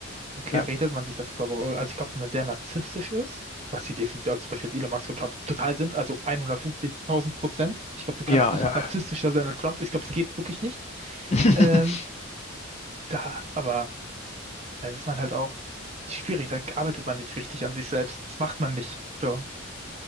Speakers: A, on the right; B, on the left.
A: Und klar
B: Ja,
A: redet man sich das, glaube ich, also ich glaube, wenn man sehr narzisstisch ist, was sie definitiv, also zum Beispiel jetzt Elon Musk und Trump total sind, also 150.000 Prozent. Ich glaube, du kannst
B: ja,
A: nicht
B: ja.
A: narzisstischer sein als Trump. Ich glaube, es geht wirklich nicht.
B: <laughs>
A: Ähm, da, aber dann ist man halt auch schwierig, da arbeitet man nicht richtig an sich selbst. Das macht man nicht. So.